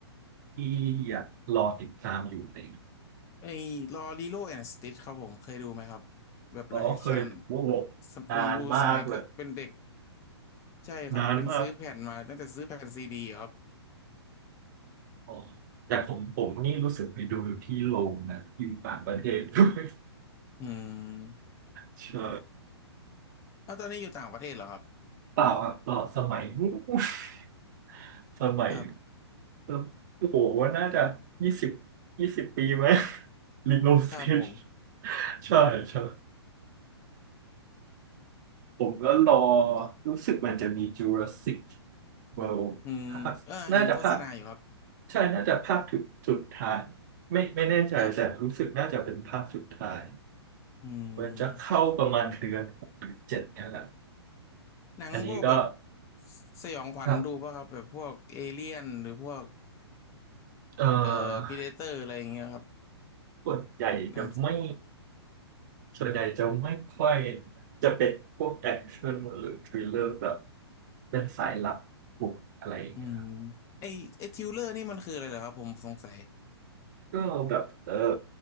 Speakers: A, on the right; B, on the left.
A: ที่อยากรอติดตามอยู่ไหม
B: ไอ้ลอรีโลแอนด์สติทครับผมเคยดูไหมครับแบบไลฟ์แอคชั่น
A: อ๋อเคยโอ้โหนานมากเลย
B: ผมดูสมัยเกิดเป็นเด็กใช่ครับเป็นซื้อแผ่นมาตั้งแต่ซื้อแผ่นซีดีครับ
A: นานมากอ๋อแต่ผมผมนี่รู้สึกไปดูอยู่ที่โรงนะอยู่ต่างประเทศ <laughs> ด้วย
B: อืม
A: ใช่
B: แล้วตอนนี้อยู่ต่างประเทศเหรอครับ
A: เปล่าอ่ะเปล่าสมัยนู้น <laughs> สมัย
B: ครับ
A: เออโอ้โหว่าน่าจะยี่สิบยี่สิบปีไหม <laughs> ลิโนเซช
B: ครับผม
A: ใช่ใช่ ผมก็รอรู้สึกมันจะมี Jurassic World
B: อืมเออเห็นโฆษณาอยู่ครับ
A: ภาคน่าจะภาคใช่น่าจะภาคสุดสุดท้ายไม่ไม่แน่ใจแต่รู้สึกน่าจะเป็นภาคสุดท้าย
B: ครับอืม
A: ว่าจะเข้าประมาณเดือนหกหรือเจ็ดเนี่ยแหละ
B: หนังพวกแบบ
A: อันนี้ก็
B: สยองขวัญดูป่ะครับแบบพวกเอเลี่ยนหรือพวก
A: ครับเอ่อ
B: เอ่อพีเดเตอร์อะไรอย่างเงี้ยครับ
A: ส่วนใหญ่จะไม่
B: นัง
A: ส่วนใหญ่จะไม่ค่อยจะเป็นพวกแอคชั่นหรือทริลเลอร์แบบเป็นสายลับบุกอะไรอย่างเงี้ย
B: อืมไอไอทิวเลอร์นี่มันคืออะไรเหรอครับผมสงสัย
A: ก็แบบเออ